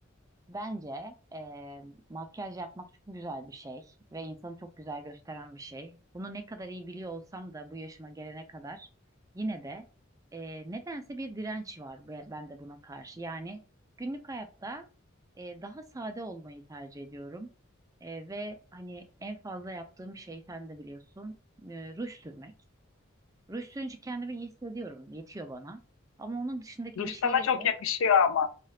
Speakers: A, on the right; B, on the left.
A: Bence eee, makyaj yapmak çok güzel bir şey ve insanı çok güzel gösteren bir şey. Bunu ne kadar iyi biliyor olsam da bu yaşıma gelene kadar yine de eee, nedense bir direnç var be- bende buna karşı. Yani günlük hayatta eee, daha sade olmayı tercih ediyorum. Eee, ve hani en fazla yaptığım şey sen de biliyorsun eee, ruj sürmek. Ruj sürünce kendimi iyi hissediyorum, yetiyor bana. Ama onun dışındaki
B: Duş
A: bir şeyleri
B: sana çok yakışıyor ama.